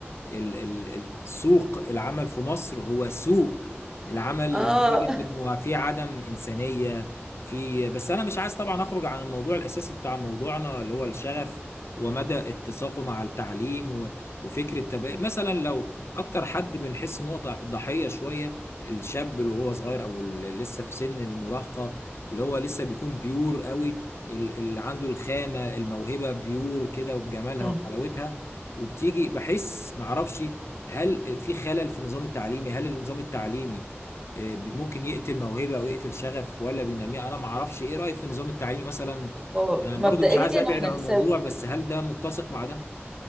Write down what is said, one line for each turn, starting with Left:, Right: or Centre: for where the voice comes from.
Left: ال ال ال سوق العمل في مصر هو سوق العمل
Right: آه
Left: نتيجة انه في عدم إنسانية في بس انا مش عايز طبعا اخرج عن الموضوع الاساسي بتاع موضوعنا اللي هو الشغف ومدى اتساقه مع التعليم و- وفكرة تبقى مثلا لو اكتر حد بنحس ان هو ضحية شوية الشاب اللي هو صغير او اللي لسه في سن المراهقه اللي هو لسه بيكون بيور قوي ال- اللي عنده الخامه الموهبه بيور كده وبجمالها
Right: <laughs>
Left: وحلاوتها وبتيجي بحس معرفش هل في خلل في النظام التعليمي هل النظام التعليمي آه، بي- ممكن يقتل موهبه او يقتل شغف ولا بينميها انا معرفش ايه رايك في النظام التعليمي مثلا
Right: هو
Left: انا
Right: مبدئيا
Left: برضو مش عايز ابعد
Right: احنا
Left: عن
Right: لسه
Left: الموضوع بس هل ده متسق مع ده